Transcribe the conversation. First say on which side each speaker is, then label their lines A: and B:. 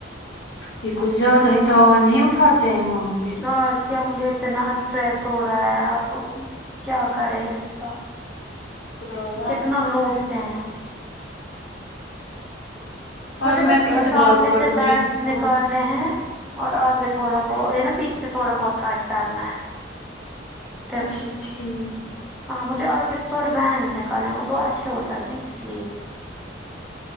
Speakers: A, on the left; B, in the centre.
A: یہ کچھ زیادہ ہی تو ہوا نہیں اٹھاتے ہیں وہاں پہ
B: اور کیا مجھے اتنا اسٹریس ہو رہا ہے اب کیا کرے انسان
A: خدایا
B: کتنا لوٹتے ہیں
A: اور
B: مجھے
A: جو
B: بس
A: میں پیچھے سے
B: سامنے
A: بال کاٹوں
B: سے بینکس
A: گی وہ
B: نکالنے
A: بھی
B: ہیں اور آگے تھوڑا بہت ہے نا پیچھے سے تھوڑا بہت کٹ کرنا ہے ٹپس
A: اچھا ٹھیک
B: ہاں مجھے آگے سے تھوڑے بینگس نکالے مجھے وہ اچھے ہو جاتے ہیں اس لیے